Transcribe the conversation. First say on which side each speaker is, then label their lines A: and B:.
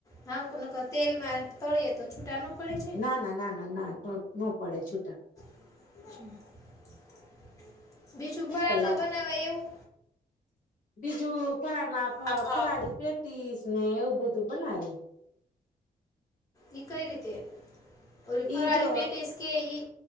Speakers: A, on the left (about 20°); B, on the left (about 55°).
A: હા કો નકર તેલમાં તળીયે તો છૂટા ન પડે છે.
B: ના ના ના ના ના ન પડે છૂટા.
A: <inaudible> બીજું
B: મસ્ત
A: ફરાળમાં
B: લાગે
A: બનાવાય એવું.
B: <unintelligible> ફરાળમાં ફ
A: આપ
B: ફરાળી
A: આપ
B: પેટીસ ને એવું બધું બનાવે.
A: ઈ કઈ રીતે ઓલી ફરાળી
B: ઈ જો
A: પેટીસ કે ઈ